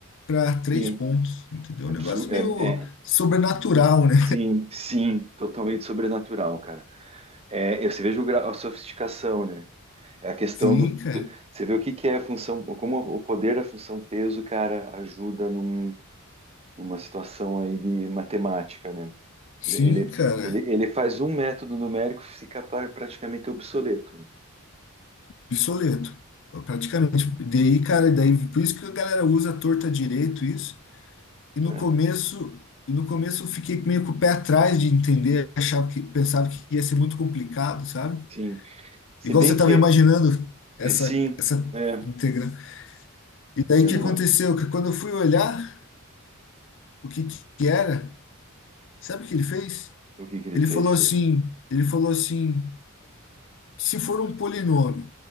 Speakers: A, on the left; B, on the right.
A: para três
B: sim.
A: pontos, entendeu?
B: Absurdo,
A: Um negócio meio
B: é, é,
A: sobrenatural, né?
B: sim, sim, totalmente sobrenatural, cara. É, eu- você veja o grau, a sofisticação, né? É a questão
A: Sim,
B: do,
A: cara.
B: do- você vê o que que é a função, como o poder da função peso, cara, ajuda num uma situação aí de matemática, né?
A: Sim,
B: Ele, ele,
A: cara.
B: ele, ele faz um método numérico ficar pra- praticamente obsoleto.
A: Obsoleto, praticamente. Daí, cara, daí, por isso que a galera usa torta direito isso. E no
B: né?
A: começo,
B: É,
A: e no começo eu fiquei meio com o pé atrás de entender, achava que pensava que ia ser muito complicado, sabe?
B: sim. Se
A: Igual
B: bem
A: você estava
B: que,
A: imaginando essa
B: é, sim,
A: essa
B: é,
A: integra. E daí
B: é,
A: o que
B: não,
A: aconteceu? Que quando eu fui olhar o que que era, sabe o que ele fez?
B: o que que ele
A: Ele
B: fez,
A: falou
B: cara?
A: assim, ele falou assim, se for um polinômio